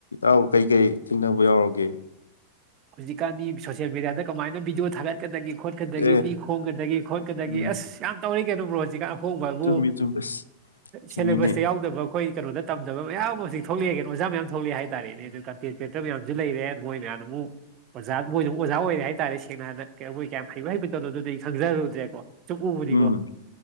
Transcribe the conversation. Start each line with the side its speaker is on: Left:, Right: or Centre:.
Left: ꯑꯧ ꯀꯩꯀꯩ ꯊꯦꯡꯅꯕ ꯌꯥꯎꯔꯒꯦ
Right: ꯍꯧꯖꯤꯛꯀꯥꯟ ꯃꯤ ꯁꯣꯁꯦꯜ ꯃꯦꯗꯤꯌꯥꯗ ꯀꯃꯥꯏꯅ ꯚꯗꯤꯑꯣ ꯊꯥꯒꯠꯀꯗꯒꯦ ꯈꯣꯠꯀꯗꯒꯦ
Left: ꯑꯦ
Right: ꯃꯤ ꯈꯣꯝꯒꯗꯒꯦ ꯈꯣꯠꯀꯗꯒ
Left: ꯎꯝ
Right: ꯑꯁ ꯌꯥꯝ ꯇꯧꯔꯤ ꯀꯩꯅꯣꯕ꯭ꯔꯣ ꯍꯧꯖꯤꯛꯀꯥꯟ ꯑꯍꯣꯡꯕꯕꯨ
Left: ꯆꯨꯝꯃꯤ ꯆꯨꯝꯃꯤ ꯑꯁ ꯆꯨꯝꯃꯤꯅꯦ
Right: ꯁꯦꯂꯦꯕꯁꯇ ꯌꯥꯎꯗꯕ ꯑꯩꯈꯣꯏ ꯀꯩꯅꯣꯗ ꯇꯝꯗꯕ ꯃꯌꯥꯝ ꯍꯧꯖꯤ ꯊꯣꯛꯂꯛꯑꯦꯅ ꯑꯣꯥꯌꯥꯝ ꯊꯣꯛꯂꯛꯑꯦ ꯍꯥꯏꯇꯥꯔꯦꯅꯦ ꯑꯗꯨ ꯀ꯭ꯦꯛꯇꯔ ꯃꯌꯥꯝꯁꯨ ꯂꯩꯔꯦ ꯃꯣꯏ ꯃꯌꯥꯝ ꯑꯗꯨꯕꯨ ꯑꯣꯖꯥ ꯃꯣꯏꯁꯨ ꯑꯣꯖꯥ ꯑꯣꯏꯔꯦ ꯍꯥꯏꯇꯥꯔꯦ ꯁꯦꯡꯅꯥꯟ ꯃꯣꯏ ꯀꯌꯥꯝ ꯍꯩꯕ ꯍꯩꯕ ꯇꯧꯅꯣ ꯑꯗꯨꯗꯤ ꯑꯩ ꯈꯪꯖꯔꯨꯗ꯭ꯔꯦꯀꯣ ꯆꯨꯝꯎꯕꯅꯤꯀꯣ
Left: ꯎꯝ